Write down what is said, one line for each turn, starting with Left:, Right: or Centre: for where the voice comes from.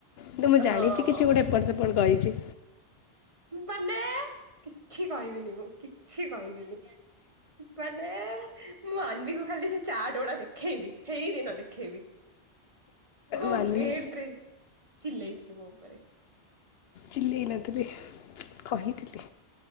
Left: କିନ୍ତୁ ମୁଁ ଜାଣିଛି
Right: ହଁ
Left: କିଛି ଗୋଟେ ଏପଟ ସେପଟ। କଇଛି।
Right: ମାନେ କିଛି କହିବିନି ମୁଁ କିଛି କହିବିନି। ମାନେ ମୁ ମାନବି କୁ ଖାଲି ସେ ଚାଟ ଗୁଡା ଦେଖେଇବି ହେଇଦିନ ଦେଖେଇବି। କଉ
Left: ମାନିବି
Right: ରେଟରେ। ଚିଲେଇ ଥିଲୁ ମୋ ଉପରେ
Left: ଚିଲେଇ ନଥିଲି କହିଥିଲି।